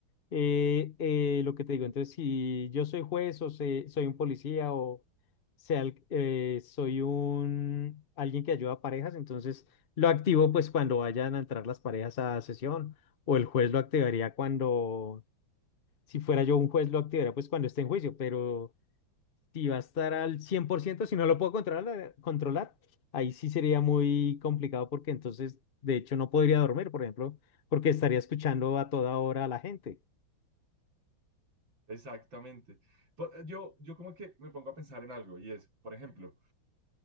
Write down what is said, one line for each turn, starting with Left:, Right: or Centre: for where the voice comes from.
Left: eh, eh, lo que te digo, entonces si yo soy juez o se- soy un policía o sea, el- eh, soy un... alguien que ayuda a parejas, entonces lo activo pues cuando vayan a entrar las parejas a sesión o el juez lo activaría cuando... Si fuera yo un juez lo activaría pues cuando esté en juicio, pero... Si va a estar al 100% si no lo puedo controlar, eh, controlar, ahí sí sería muy complicado porque entonces, de hecho, no podría dormir, por ejemplo, porque estaría escuchando a toda hora a la gente.
Right: Exactamente. Por- Yo, yo como que me pongo a pensar en algo y es, por ejemplo,